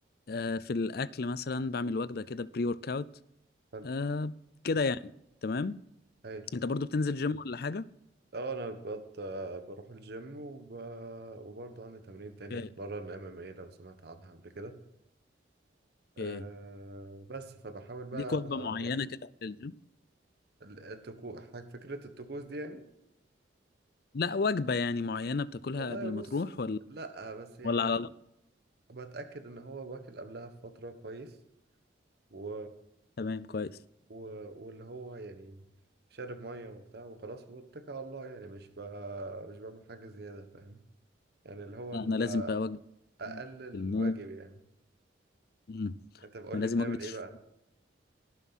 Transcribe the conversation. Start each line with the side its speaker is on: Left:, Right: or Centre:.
Left: آه في الأكل مثلا بعمل وجبة كده بري ورك اوت
Right: حلو
Left: آه كده يعني تمام
Right: هايل
Left: انت برضو بتنزل جيم ولا حاجة؟
Right: اه انا بقت بروح الجيم وب... وبرضه عندي تمرين تاني
Left: اوكي
Right: بتمرن ام ام اي لو سمعت عنها قبل كده أه
Left: اوكي
Right: بس فبحاول بقى
Left: ليك وجبة
Right: ابقى
Left: معينة
Right: بقى...
Left: كده في الجيم؟
Right: التكو... فكرة الطقوس دي يعني
Left: لا وجبة يعني معينة بتاكلها
Right: والله
Left: قبل ما
Right: بص
Left: تروح ولا
Right: لا بس يعني
Left: ولا على الله؟
Right: بتأكد ان هو باكل قبلها بفترة كويس و
Left: تمام كويس
Right: و... واللي هو يعني شارب ميه وبتاع وخلاص واتكل على الله يعني مش بقى مش بعمل حاجه زياده فاهم يعني اللي هو
Left: لا،
Right: ال-
Left: انا لازم بقى وجبة
Right: اقل الواجب
Left: الموز
Right: يعني
Left: مم.
Right: انت بقول
Left: انا لازم
Right: لي بتعمل
Left: وجبة الشوفان
Right: ايه بقى